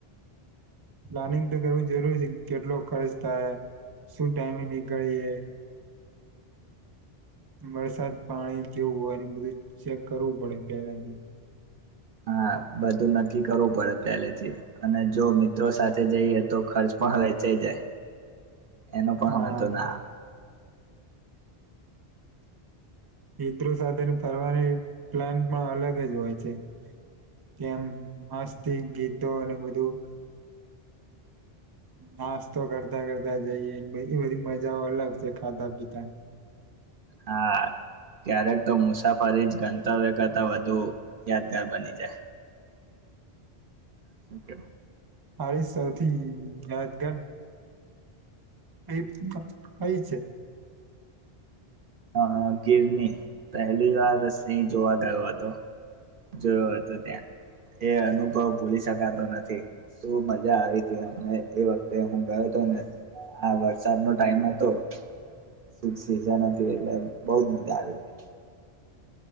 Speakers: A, on the right (about 25°); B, on the right (about 60°).
A: પ્લાનિંગ તો કરવું જરૂરી છે કેટલો ખર્ચ થાય શું ટાઈમે નીકળીએ વરસાદ પાણી કેવું હોય એનું બધું ચેક કરવું પડે પહેલાથી
B: હા બધું નક્કી કરવું પડે પહેલેથી અને જો મિત્રો સાથે જઈએ તો ખર્ચ પણ વેચાય જાય એનો પણ
A: હા
B: વાંધો ના આવે
A: મિત્રો સાથે ફરવાની પ્લાન પણ અલગ જ હોય છે કેમ મસ્ત ગીતો અને બધું નાસ્તો કરતા કરતા જઈએ બધી બધી મજાઓ અલગ છે ખાતા પીતા
B: હા ક્યારેક તો મુસાફરી જ ગંતવ્ય કરતા વધુ યાદગાર બની જાય શક
A: મારે સૌથી યાદગર અ આઈ છે
B: હ ગિરની પહેલી વાર સ જોવા ગયો હતો જોયો હતો ત્યાં એ અનુભવ ભૂલી શકાતો નથી શું મજા આવી હતી અમને એ વખતે હું ગયો હતો ને આ વરસાદનોો ટાઈમ હતો શ સિઝા હતી એટલે બૌજ મજા આવી હતી